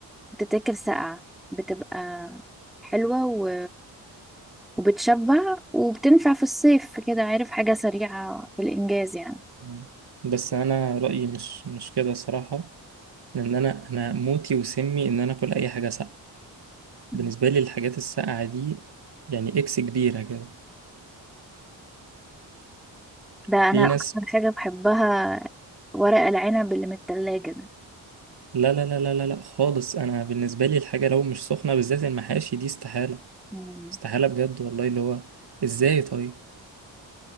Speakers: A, in the centre; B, on the right.
A: تتاكل ساقعة بتبقى حلوة و... وبتشبع وبتنفع في الصيف كده عارف حاجة سريعة في الإنجاز يعني
B: مم. بس انا رأيي مش مش كده الصراحة لان انا انا موتي وسمي ان انا اكل اي حاجة ساقعة
A: مم.
B: بالنسبة لي الحاجات الساقعة دي يعني اكس كبيرة كده
A: ده
B: في
A: أنا أكتر
B: ناس
A: حاجة بحبها ورق العنب اللي من التلاجة ده
B: لا لا لا لا لا لا خالص انا بالنسبة لي الحاجة لو مش سخنة بالذات المحاشي دي استحالة
A: مم.
B: استحالة بجد والله اللي هو ازاي طيب